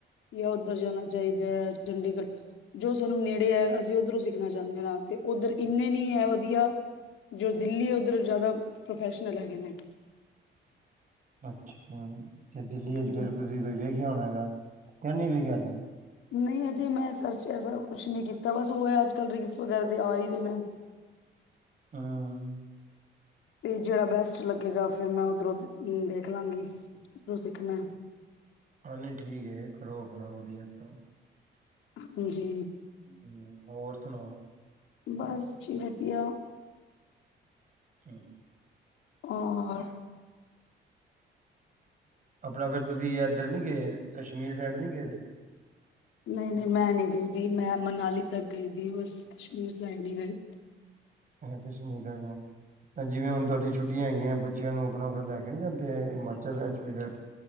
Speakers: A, on the left; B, on the right.
A: ਯਾਂ ਉੱਧਰ ਜਾਣਾ ਚਾਹੀਦਾ, ਚੰਡੀਗੜ੍ਹ। ਜੋ ਸਾਨੂੰ ਨੇੜੇ ਐ, ਅਸੀਂ ਉੱਧਰੋਂ ਸਿੱਖਣਾ ਚਾਹੁੰਨੇ ਹਾਂ ਤੇ ਉੱਧਰ ਇੰਨੇ ਨੀਂ ਐ ਵਧੀਆ। ਜੋ ਦਿੱਲੀ ਉੱਧਰੋ ਜ਼ਿਆਦਾ ਪ੍ਰੋਫੈਸ਼ਨਲ ਹੈਗੇ ਨੇ।
B: ਅੱਛਾ, ਤੇ ਦਿੱਲੀ
A: ਹੂੰ।
B: ਇਚ ਫਿਰ ਤੁਸੀਂ ਕੋਈ ਵੇਖਿਆ ਹੋਣਾ ਹੈਗਾ। ਯਾਂ ਨਹੀਂ ਵੇਖਿਆ ਹਾਲੇ।
A: ਨਹੀਂ, ਅਜੇ ਮੈਂ ਸਰਚ ਐਸਾ ਕੁਛ ਨੀ ਕੀਤਾ। ਬਸ ਉਹ ਐ ਅੱਜ-ਕੱਲ੍ਹ ਰੀਲਸ ਵਗੈਰਾ ਤੇ ਆ ਈ ਰਹੇ ਨੇ।
B: ਹਾਂ।
A: ਤੇ ਜਿਹੜਾ ਬੈਸਟ ਲੱਗੇਗਾ। ਫਿਰ ਮੈਂ ਉੱਧਰੋਂ ਅਮ ਦੇਖਲਾਂਗੀ, ਕਿਥੋਂ ਸਿੱਖਣਾ।
B: ਹਾਂ, ਨਹੀ ਠੀਕ ਏ। ਕਰੋ ਆਪਣਾ ਵਧੀਆ ਉਥੋ
A: ਹਾਂਜੀ।
B: ਹੂੰ, ਹੋਰ ਸੁਣਾਓ?
A: ਬੱਸ ਜੀ ਵਧੀਆ।
B: <inaudible>
A: ਔਰ
B: ਆਪਣਾ ਫੇਰ ਤੁਸੀਂ ਐਧਰ ਨੀ ਗ‌ਏ। ਕਸ਼ਮੀਰ ਸਾਈਡ ਨੀ ਗਏ ਦੇ।
A: ਨਈ-ਨਈ ਮੈਂ ਨੀਂ ਗਈ ਦੀ। ਮੈਂ ਮਨਾਲੀ ਤੱਕ ਗਈ ਦੀ ਬੱਸ। ਕਸ਼ਮੀਰ ਸਾਈਡ ਨੀ ਗਈ।
B: ਹੁਣ ਕਸ਼ਮੀਰ ਦਾ ਨਾ। ਜਿਵੇਂ ਹੁਣ ਤੁਹਾਡੀ ਛੁੱ ਛੁਟੀਆਂ ਹੈਗੀਆਂ ਬੱਚਿਆਂ ਨੂੰ। ਆਪਣਾ ਫਿਰ ਲੈ ਕੇ ਨੀ ਜਾਂਦੇ। Himachal, H P side.